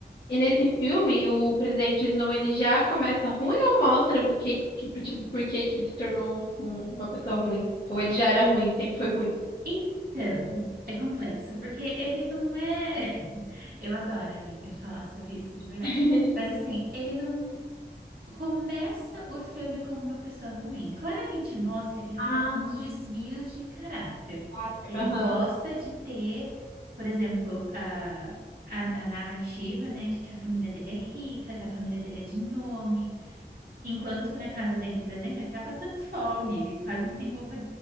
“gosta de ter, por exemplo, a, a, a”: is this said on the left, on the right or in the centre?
Right